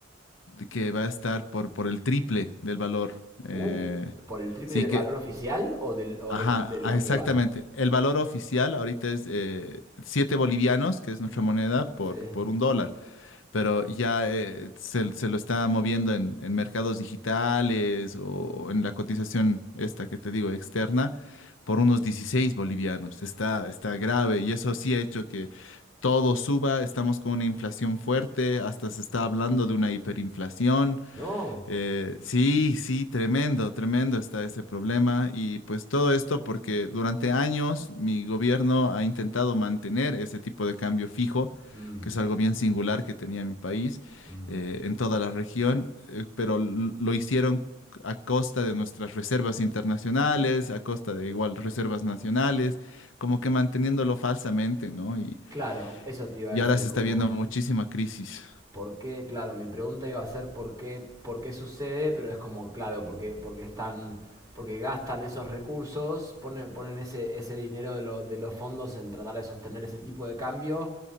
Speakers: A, on the left; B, on the right.
A: de que va a estar por, por el triple del valor. Eh,
B: Uh, ¿por el triple
A: sí
B: del
A: que,
B: valor oficial o del, o
A: ajá,
B: del, del
A: ah,
B: bolívar?
A: exactamente. El valor oficial ahorita es eh, 7 bolivianos, que es nuestra moneda, por,
B: Sí.
A: por un dólar pero ya eh, se, se lo está moviendo en, en mercados digitales o en la cotización esta que te digo externa por unos 16 bolivianos. Está, está grave y eso sí ha hecho que todo suba, estamos con una inflación fuerte, hasta se está hablando de una hiperinflación.
B: No.
A: Eh, sí, sí, tremendo, tremendo está ese problema y pues todo esto porque durante años mi gobierno ha intentado mantener ese tipo de cambio fijo,
B: Mm,
A: que es algo bien singular que tenía mi país
B: mm.
A: eh, en toda la región, eh, pero l- lo hicieron a costa de nuestras reservas internacionales, a costa de igual reservas nacionales, como que manteniéndolo falsamente, ¿no? Y,
B: Claro, eso te iba
A: y
B: a decir,
A: ahora se
B: como,
A: está viendo muchísima crisis.
B: ¿por qué? Claro, mi pregunta iba a ser ¿por qué, por qué sucede? Pero es como, claro, porque, porque están, porque gastan esos recursos, ponen, ponen ese, ese dinero de, lo- de los fondos en tratar de sostener ese tipo de cambio,